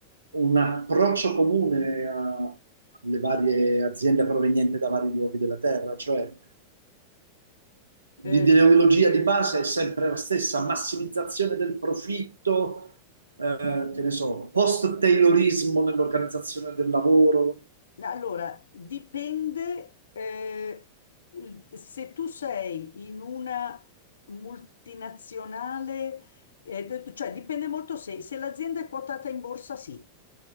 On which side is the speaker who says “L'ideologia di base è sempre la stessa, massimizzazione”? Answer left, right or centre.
Right